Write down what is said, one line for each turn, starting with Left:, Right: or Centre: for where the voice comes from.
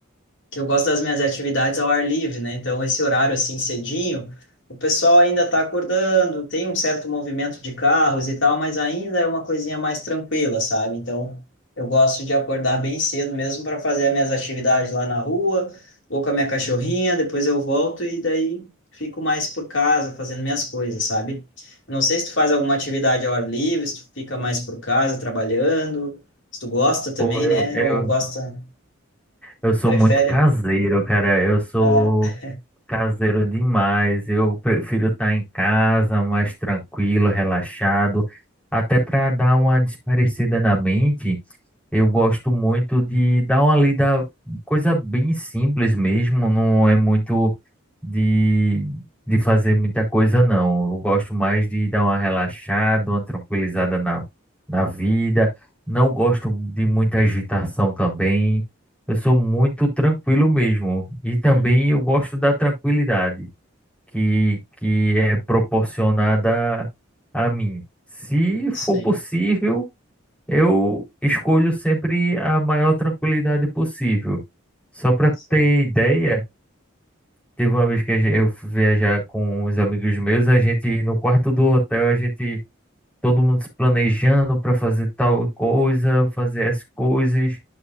Left: que eu gosto das minhas atividades ao ar livre, né? Então, esse horário assim cedinho, o pessoal ainda está acordando, tem um certo movimento de carros e tal, mas ainda é uma coisinha mais tranquila, sabe? Então, eu gosto de acordar bem cedo mesmo para fazer as minhas atividades lá na rua, vou com a minha cachorrinha, depois eu volto e daí fico mais por casa fazendo minhas coisas, sabe? Eu Não sei se tu faz alguma atividade ao ar livre, se tu fica mais por casa trabalhando, se tu gosta também,
Centre: Pô, eu,
Left: né?
Centre: eu,
Left: Ou gosta,
Centre: eu sou
Left: prefere?
Centre: muito caseiro, cara. Eu sou.
Left: É.
Centre: Caseiro demais. Eu prefiro estar em casa, mais tranquilo, relaxado, até para dar uma desaparecida na mente. Eu gosto muito de dar uma lida, coisa bem simples mesmo, não é muito de, de fazer muita coisa, não. Eu gosto mais de dar uma relaxada, uma tranquilizada na, na vida. Não gosto de muita agitação também. Eu sou muito tranquilo mesmo. E também
Left: Uhum.
Centre: eu gosto da tranquilidade que, que é proporcionada a mim. Se for
Left: sim
Centre: possível. Eu escolho sempre a maior tranquilidade possível. Só para
Left: sei.
Centre: ter ideia, teve uma vez que a gen- eu fui viajar com os amigos meus, a gente no quarto do hotel, a gente todo mundo se planejando para fazer tal coisa, fazer as coisas.